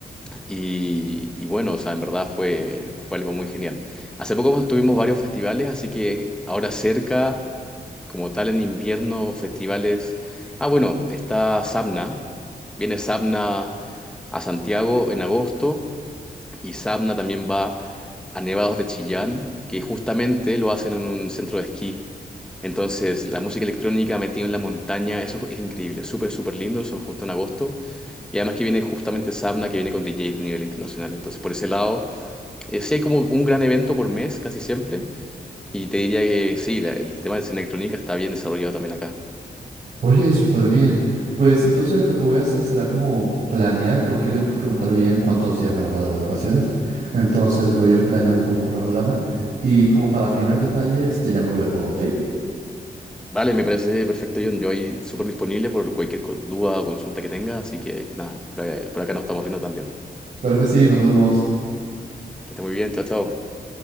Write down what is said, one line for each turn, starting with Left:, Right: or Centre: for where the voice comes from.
Centre: Y, y bueno, o sea, en verdad fue, fue algo muy genial. Hace poco tuvimos varios festivales, así que ahora cerca, como tal en invierno, festivales. Ah, bueno, está Sabna. Viene Sabna a Santiago en agosto. Y Sabna también va a Nevados de Chillán, que justamente lo hacen en un centro de esquí. Entonces, la música electrónica metida en la montaña, eso es increíble, súper, súper lindo, eso es justo en agosto. Y además que viene justamente Sabna, que viene con DJs de nivel internacional. Entonces, por ese lado, eh, sí hay como un gran evento por mes, casi siempre. Y te diría que sí, la- el tema de escena electrónica está bien desarrollado también acá.
Right: Oye, súper bien. Pues entonces lo que voy a hacer será como planear, porque tengo que preguntar bien cuántos días me van a dar de vacaciones. Entonces voy a ir planeando como un cronograma y como para afinar detalles te llamo luego, ¿ok?
Centre: Vale, me parece perfecto, John. Yo ahí súper disponible por cualquier co- duda o consulta que tengas. Así que nada, por, ahí- por acá nos estamos viendo también.
Right: Claro que sí, nos vemos.
Centre: Que esté muy bien, chao, chao.